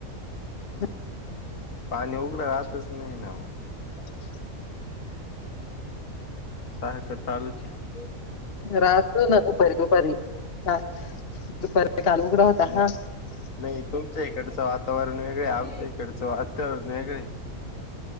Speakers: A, on the left (about 45°); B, on the left (about 65°).
A: ह
B: पाणी उघडं राहतच नाही ना
A: <unintelligible>
B: सारखं चालूच आहे
A: राहत ना दुपारी दुपारी ह दुपारी <unintelligible>
B: नाही. नाही तुमच्या इकडचं वातावरण वेगळं आमच्या इकडचं वातात्यावरण वेगळं